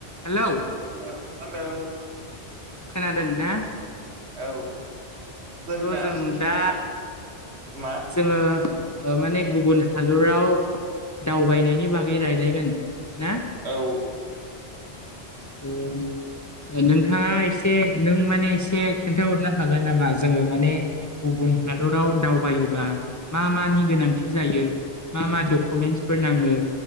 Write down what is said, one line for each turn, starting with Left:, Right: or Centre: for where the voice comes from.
Left: Hello
Right: <unintelligible> hello
Left: खोनादों ना?
Right: औ जोंना
Left: जों
Right: इन्टारभिउ।
Left: दा
Right: मा?
Left: जोङो ओ माने गुबुन हादराव दावबायनायनि बागै रायजलायगोन ना?
Right: औ।
Left: <unintelligible> ओ नोंथाङा एसे नों माने एसे खोन्थाहरनो हागोन नामा जोङो माने गुबुन हादराव दावबायोबा मा मानि गोनांथि जायो मा मा डकुमेन्टसफोर नाङो